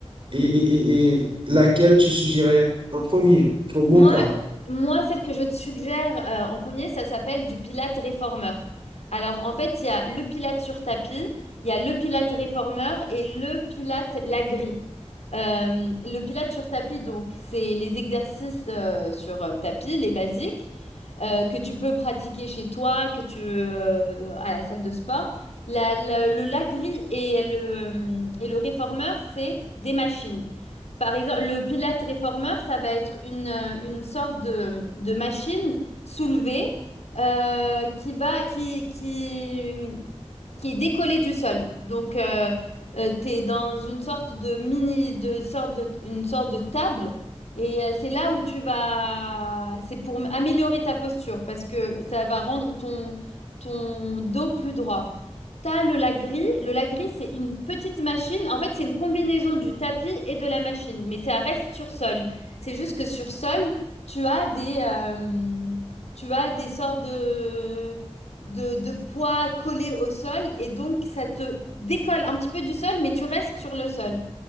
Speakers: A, on the right; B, on the left.
A: et, et- et- et laquelle tu suggérais en premier pour mon
B: Moi,
A: cas.
B: moi, celle que je te suggère euh, en premier, ça s'appelle du Pilate réformeur. Alors, en fait, il y a le Pilate sur tapis, il y a le Pilate réformeur et le Pilate la grille. Euh, le Pilate sur tapis, donc, c'est les exercices euh, sur euh, tapis, les basiques, euh, que tu peux pratiquer chez toi, que tu euh, à la salle de sport. La- la- le la grille et le, et le réformeur, c'est des machines. Par exemple, le Pilate réformeur, ça va être une, euh, une sorte de, de machine soulevée euh, qui va, qui, qui, qui est décollée du sol. Donc, euh, tu es dans une sorte de mini, de sorte de, une sorte de table. Et euh, c'est là où tu vas, c'est pour améliorer ta posture parce que ça va rendre ton, ton dos plus droit. T'as le lagris. Le lagris, c'est une petite machine. En fait, c'est une combinaison du tapis et de la machine, mais ça reste sur sol. C'est juste que sur sol, tu as des, euh, tu as des sortes de, de, de poids collés au sol et donc ça te décolle un petit peu du sol, mais tu restes sur le sol.